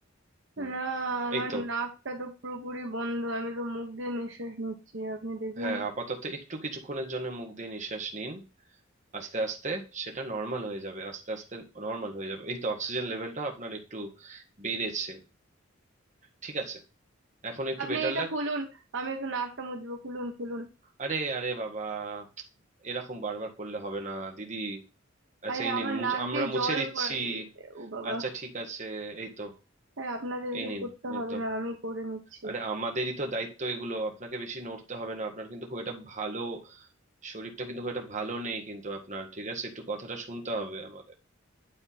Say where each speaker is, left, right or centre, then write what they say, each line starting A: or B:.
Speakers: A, on the right; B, on the right.
A: হুম
B: না আমার
A: এই তো
B: নাকটা তো পুরোপুরি বন্ধ আমি তো মুখ দিয়ে নিঃশ্বাস নিচ্ছি আপনি দেখুন
A: হ্যাঁ আপাতত একটু কিছুক্ষণের জন্য মুখ দিয়ে নিঃশ্বাস নিন আস্তে আস্তে সেটা নর্মাল হয়ে যাবে আস্তে আস্তে নর্মাল হয়ে যাবে এই তো অক্সিজেন লেভেলটা আপনার একটু বেড়েছে ঠিক আছে এখন একটু
B: আপনি
A: বেটার
B: এটা
A: লাগছে।
B: খুলুন আমি একটু নাকটা মুছবো খুলুন খুলুন
A: আরে আরে বাবা এরকম বারবার করলে হবে না দিদি আচ্ছা
B: আরে
A: এই নিন
B: আমার
A: মুছ-
B: নাক
A: আমরা
B: দিয়ে
A: মুছে
B: জল
A: দিচ্ছি
B: গড়ায় ও বাবা
A: আচ্ছা ঠিক আছে এই তো
B: আরে আপনাদের এসব
A: এই নিন
B: করতে
A: এই
B: হবে
A: তো
B: না আমি করে নিচ্ছি
A: আরে আমাদেরই তো দায়িত্ব এগুলো আপনাকে বেশি নড়তে হবে না আপনার কিন্তু খুব একটা ভালো শরীরটা কিন্তু খুব একটা ভালো নেই কিন্তু আপনার ঠিক আছে একটু কথাটা শুনতে হবে আমাদের